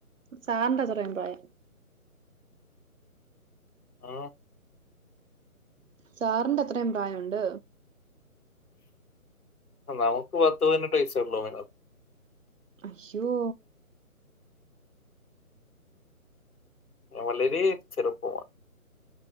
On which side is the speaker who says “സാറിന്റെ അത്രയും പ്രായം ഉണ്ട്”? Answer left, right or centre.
Right